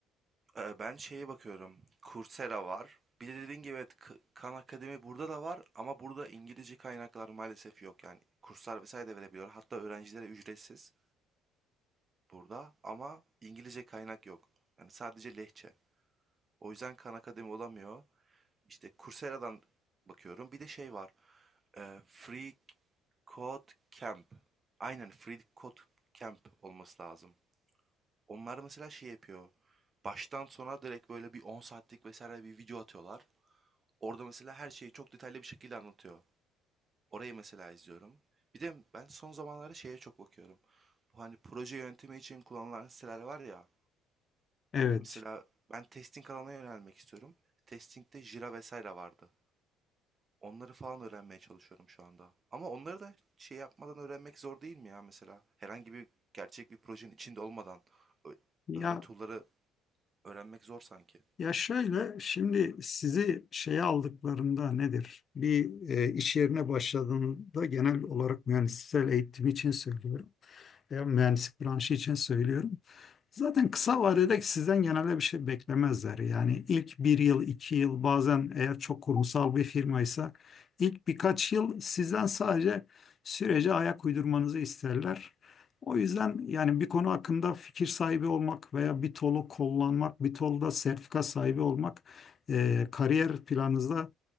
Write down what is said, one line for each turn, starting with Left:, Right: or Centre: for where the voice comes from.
Right: Ee, ben şeye bakıyorum. Coursera var. Bir de dediğin gibi evet K- Khan Akademi burada da var ama burada İngilizce kaynaklar maalesef yok. Yani kurslar vesaire de verebiliyor. Hatta öğrencilere ücretsiz burada ama İngilizce kaynak yok. Yani sadece lehçe. O yüzden Khan Akademi olamıyor. İşte Coursera'dan bakıyorum. Bir de şey var. Ee, Free Code Camp. Aynen Free Code Camp olması lazım. Onlar mesela şey yapıyor. Baştan sona direkt böyle bir 10 saatlik vesaire bir video atıyorlar. Orada mesela her şeyi çok detaylı bir şekilde anlatıyor. Orayı mesela izliyorum. Bir de ben son zamanlarda şeye çok bakıyorum. Bu hani proje yönetimi için kullanılan siteler var ya.
Left: Evet.
Right: Mesela ben testing alanına yönelmek istiyorum. Testing'de Jira vesaire vardı. Onları falan öğrenmeye çalışıyorum şu anda. Ama onları da şey yapmadan öğrenmek zor değil mi ya mesela? Herhangi bir gerçek bir projenin içinde olmadan ö-
Left: Ya
Right: öyle tool'ları öğrenmek zor sanki.
Left: Ya şöyle, şimdi sizi şeye aldıklarında nedir? Bir e, iş yerine başladığında genel olarak mühendissel eğitim için söylüyorum. Veya mühendislik branşı için söylüyorum. Zaten kısa vadede sizden genelde bir şey beklemezler. Yani ilk bir yıl, iki yıl bazen eğer çok kurumsal bir firmaysa ilk birkaç yıl sizden sadece sürece ayak uydurmanızı isterler. O yüzden yani bir konu hakkında fikir sahibi olmak veya bir tolu kullanmak, bir tolda sertifika sahibi olmak eee, kariyer planınızda